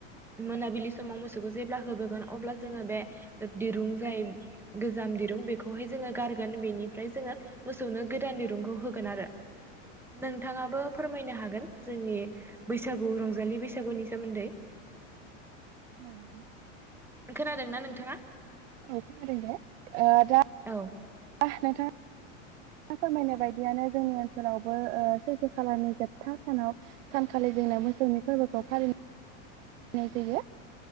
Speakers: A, in the centre; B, on the right (about 65°).
A: मोनाबिलि समाव मोसौखौ जेब्ला होबोगोन अब्ला जोङो बे दिरुं जाय गोजाम दिरुं बेखौहाय जोङो गारगोन। बेनिफ्राय जोङो मोसौनो गोदान दिरुंखौ होगोन आरो। नोंथाङाबो फोरमायनो हागोन जोंनि बैसागु रंजालि बैसागुनि सोमोन्दै।
B: <inaudible> औ
A: खोनादोंना नोंथाङा?
B: औ खोनादों दे। ओ दा नोंथाङा
A: औ
B: फोरमायनाय बायदियानो जोंनि ओनसोलावबो ओ सैथो खालानि जोबथा सानाव सानखालि जों मोसौनि फोरबोखौ फालिनाय जायो।